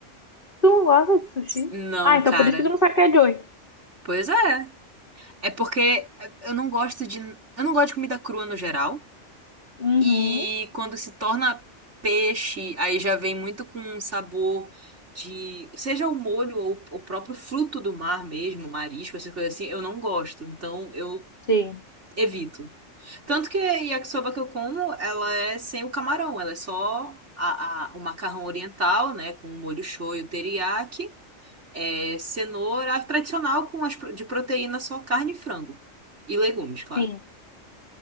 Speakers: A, on the left (about 40°); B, on the right (about 60°).
A: Tu não gosta de sushi?
B: Não,
A: Ah, então
B: cara.
A: por isso que tu não sabe que é Joy.
B: Pois é. É porque eh, eu não gosto de, eu não gosto de comida crua no geral.
A: Uhum.
B: E quando se torna peixe, aí já vem muito com um sabor de, seja o molho ou o próprio fruto do mar mesmo, marisco, essas coisas assim, eu não gosto. Então eu
A: Sim,
B: evito. Tanto que a yakisoba que eu como, ela é sem o camarão, ela é só a, a- o macarrão oriental, né, com o molho shoyu, teriyaki, é, cenoura, a tradicional com as, pro- de proteína só carne e frango. E legumes, claro.
A: sim,